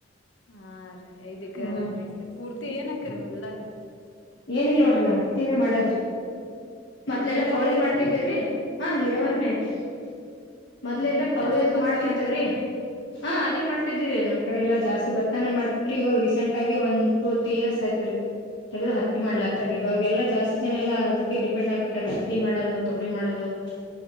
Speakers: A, on the left; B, on the left.
A: ಹಾ ರೀ ಐದ ಎಕರೆ
B: ಹ್ಮ್
A: ಅದ ನಂಗ ಐತ್ರಿ ಪೂರ್ತಿ ಏನ್ ಹಕಿರಿ ಹೊಲ್ದಾಗ
B: ಏನಿಲ್ಲ ನೋಡ್ರಿ ಹತ್ತಿನಾ ಮಾಡದ್ರಿ ಮತ್ದ್ಲೆಲ್ಲಾ
A: ನೀರಾವರಿ
B: ಕೋಳಿ ಮಾಡ್ತಿದ್ರಿ
A: ಅದಾರೀ ನಿಮ್ದು
B: ಹ ನೀರಾವರಿನ
A: ಹಾ ರೀ
B: ಐತ್ರಿ ಮೊದ್ಲೆ
A: ಹೌದ್ರಿ
B: ಎಲ್ಲಾ ಕೌಳಿ
A: ಜಾಸ್ತಿ
B: ಅದು
A: ಭತ್ತ
B: ಮಾಡ್ತಿದ್ದ್ರೀ
A: ಹಾಕ್ತಾರಲ್ರರಿ
B: ಹಾ ಅದೇ ಮಾಡ್ತಿದ್ದಿರಿ ನಮ್ ಕಡೆ ಎಲ್ಲಾ ಜಾಸ್ತಿ ಬತ್ತಾನೆ ಮಾಡ್ತ್ರಿ ಇವಾಗ ರೀಸೆಂಟ್ಗಿ ಒಂದ್ ಟೂ ತ್ರೀ ಇಯರ್ಸ್ ಆಯತ್ರಿ ತಗದು ಹತ್ತಿ ಮಾಡ್ಲತ್ತಾರೆ
A: ಹಾ ರೀ
B: ಇವಾಗೆಲ್ಲ ಜಾಸ್ತಿ ಜನ ಎಲ್ಲ ಅದಕ್ಕೆ ಡಿಪೆಂಡ್ ಆಗ್ಬಿಟ್ಟಾರೆ ಹತ್ತಿ ಮಾಡೋದು ತೊಗರಿ ಮಾಡದು